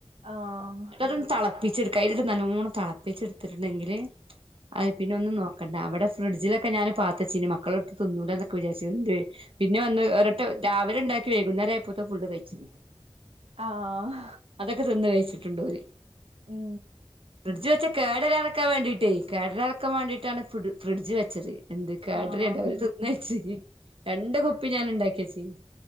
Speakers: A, on the right; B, on the right.
A: ആഹ്.
B: അത് ന്ന്ട്ട് തളപ്പിച്ചെട്ക്ക അയില്ട്ട് നല്ലോണം തളപ്പിച്ചെട്ത്ത്ട്ട്ണ്ടെങ്കില് അഹ് പിന്നൊന്നും നോക്കണ്ട അവ്ടെ ഫ്രിഡ്ജിലൊക്കെ ഞാന് പാത്തച്ചീനി മക്കള്ട്ത്ത് തിന്നൂലാന്നൊക്കെ വിചാരിച്ച് ഇന്റെ പിന്നെ വന്ന് ഒരട്ട രാവിലെണ്ടാണ്ടാക്കി വൈകുന്നേരായപ്പോത്തെ അഹ് ഫുള്ള് കഴിച്ച്‌ണ്.
A: ആഹാ
B: അതെക്കെ ത് ന്ന് കഴ്ച്ച്ട്ട്ണ്ടോല്.
A: മ്
B: ഫ്രിഡ്ജ് വെച്ച് കേടരാതക്കാ വേണ്ടിയ്ട്ടെ കേടരാതക്കാൻ വേണ്ടിയിട്ടാണ് ഫ്രിഡ് ഫ്രിഡ്ജ് വെച്ചത്. എന്ത് കേട്രെല്ല
A: ആഹ്
B: ഓല് തിന്ന് കഴിച്ച് രണ്ട് കുപ്പി ഞാന്ണ്ടാക്കി വെച്ചീനി